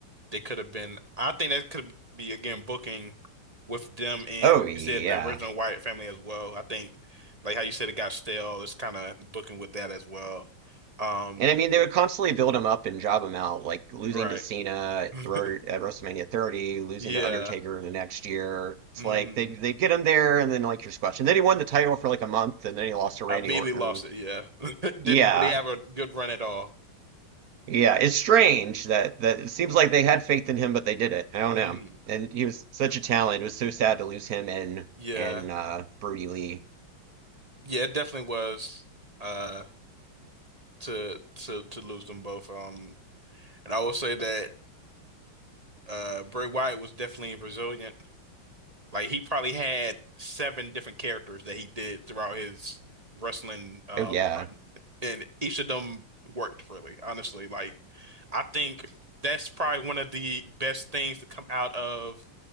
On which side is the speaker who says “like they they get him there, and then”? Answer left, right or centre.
Right